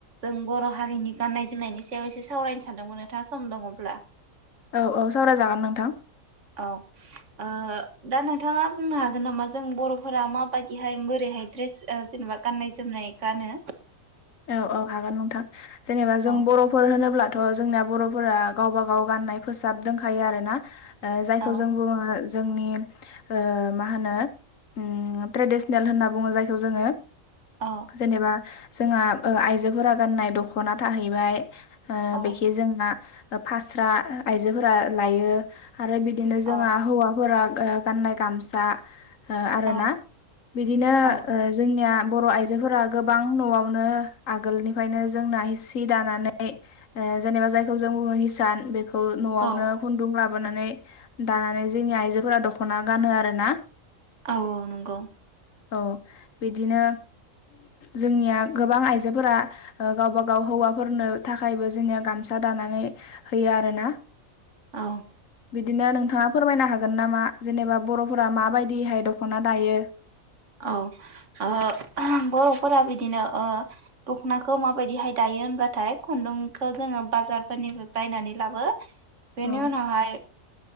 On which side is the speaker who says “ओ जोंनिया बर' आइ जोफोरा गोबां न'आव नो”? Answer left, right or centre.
Left